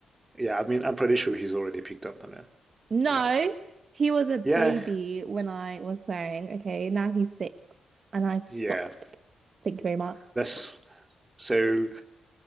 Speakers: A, on the right; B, on the right.
A: Yeah, I mean, I'm pretty sure he's already picked up on it.
B: No,
A: Yeah,
B: he was a baby
A: yeah,
B: when I was swearing. Okay, now he's six and I've
A: yeah.
B: stopped. Thank you very much.
A: That's so.